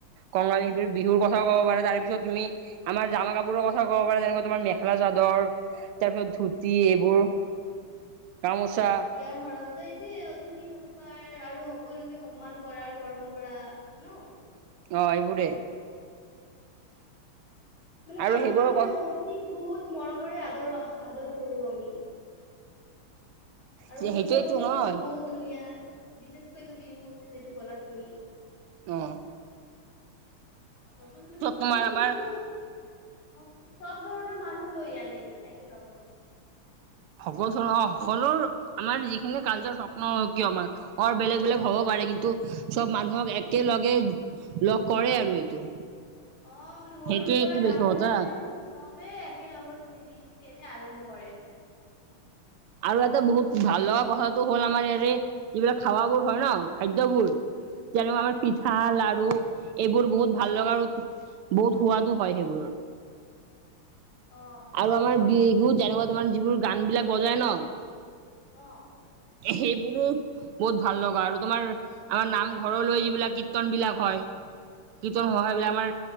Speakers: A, on the right; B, on the left.
A: কঙালী
B: উম
A: বিহু বিহুৰ কথাও ক'ব পাৰা তাৰ তাৰপিছত তুমি আমাৰ জামা আমাৰ জামা কাপোৰৰ কথা ক'ব পাৰা যেনেকা তোমাৰ মেখেলা-চাদৰ। তাৰপিছত ধুতি
B: অ
A: এইবোৰ। গামোচা
B: ইয়াৰ সৰালতে অতিথি সৎকাৰ আৰু সকলোকে সন্মান কৰাৰ পৰম্পৰা ন।
A: অঁ এইবোৰে।
B: মানে
A: আৰু
B: আমিতো
A: সেইবোৰৰ
B: মানে
A: ক
B: অতিথিক বহুত মৰমৰে আদৰো আহা আদৰ কৰো আমি। আৰু
A: সেইটোৱেইটো
B: উৎসৱ বোৰো
A: নহয়
B: মানে বহুত ধুনীয়া বিশেষকৈ বিহু যিটো কলা তুমি।
A: অঁ।
B: সকলো মানে সকলো
A: তোমাৰ আমাৰ
B: এইটো অঁ চব ধৰণৰ মানুহ লৈ আনে একে লগত।
A: সকলো অ সকলো আমাৰ যিখিনি কালচাৰ স্বপ্ন কিয় আমাৰ। অ বেলেগ বেলেগ হ'ব পাৰে কিন্তু চব মানুহক একেলগে লগ কৰে আৰু এইটো।
B: অঁ মানে সৰুৰ
A: সেইটোৱেইটো
B: পৰা ডাঙৰলে
A: বিশেষ কথা
B: মানে চবেই একে লগত মিলি কেনে আনন্দ কৰে।
A: আৰু এটা বহুত ভাল লগা কথাটো হ'ল আমাৰ ইয়াৰে যিবিলাক খাৱা বোৰ হয় ন খাদ্যবোৰ
B: উম
A: যেনে আমাৰ পিঠা, লাৰু এইবোৰ বহুত ভাল লগা আৰু বহুত সোৱাদো হয় সেইবোৰৰ
B: <unintelligible> অ অ
A: আৰু আমাৰ বিহু যেনেকুৱা তোমাৰ যিবোৰ গান বিলাক বজায় ন
B: অঁ।
A: সেইবোৰো বহুত ভাল লগা আৰু তোমাৰ আমাৰ নামঘৰলৈ যিবিলাক কীৰ্ত্তন বিলাক হয় কীৰ্তন হয়। সেইবিলাক আমাৰ